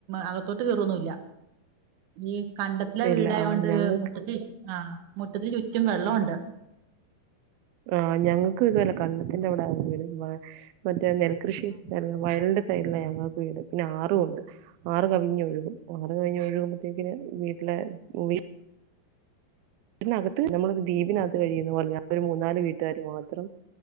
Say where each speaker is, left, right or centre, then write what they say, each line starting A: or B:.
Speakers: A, on the right; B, on the right.
A: അകത്തോട്ട് കയറൊന്നില്ല. ഈ കണ്ടത്തിലെ
B: ഇല്ല
A: വീടായോണ്ട്
B: ആഹ് ഞങ്ങൾക്ക്
A: മുറ്റത്തി ആ മുറ്റത്തിന് ചുറ്റും വെള്ളവുണ്ട്.
B: ആ ഞങ്ങൾക്ക് ഇത് വരേ കണ്ടത്തിന്റെ അവിടെ ആ വീട് നെൽകൃഷി
A: ഉം.
B: വയലിന്റെ സെ ല്ല ഞങ്ങൾക്ക് വീട് പിന്നെ ആറുണ്ട് ആറ് കവിഞ്ഞു ഒഴുകും ആറ് കവിഞ്ഞ ഒഴുകുമ്പോഴത്തേക്കിന് വീട്ടില് <unintelligible> അകത്ത് നമ്മളൊര് ദിപിനകത് കഴിയുന്ന പോലെ ഞൻ ഒരു മൂന്നാല് വീട്ടാര് മാത്രം